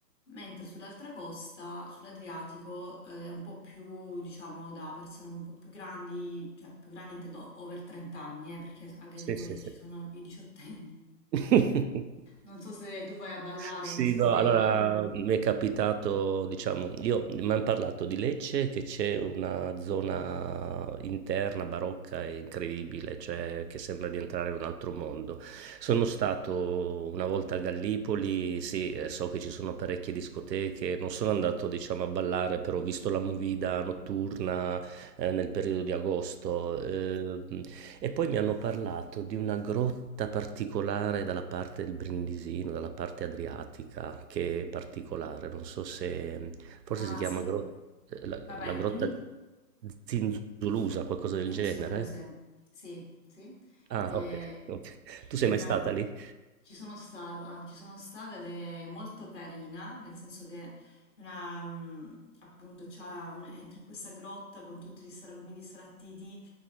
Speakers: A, on the left; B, on the right.
A: Mentre sull'altra costa, sull'Adriatico, eh, è un po' più, diciamo, da persone un po' più grandi, cioè più grandi intendo over 30 anni, eh, perché a Gallipoli
B: Sì, sì, sì.
A: ci sono i diciottenni.
B: <laughs>
A: Non so se tu vai a ballare
B: Sì,
A: in discoteca.
B: no, allora mm, mi è capitato, diciamo, io mi hanno parlato di Lecce che c'è una zona interna barocca e incredibile, cioè che sembra di entrare in un altro mondo. Sono stato una volta a Gallipoli, sì, eh, so che ci sono parecchie discoteche, non sono andato, diciamo, a ballare, però ho visto la movida notturna eh, nel periodo di agosto. Eh, e poi mi hanno parlato di una grotta particolare dalla parte del Brindisino, dalla parte adriatica, che è particolare, non so se forse
A: Ah,
B: si chiama
A: sì.
B: gro- eh, la,
A: Vai, vai,
B: la grotta
A: dimmi
B: Zinzulusa, qualcosa del
A: Insuluse,
B: genere.
A: sì, sì.
B: Ah,
A: Eh,
B: ok, ok. Tu sei
A: è
B: mai
A: una-
B: stata lì?
A: Ci sono stata, ci sono stata ed è molto carina, nel senso che è una, mm, appunto, c'ha un- entri in questa grotta con tutti gli stragumi di sarattiti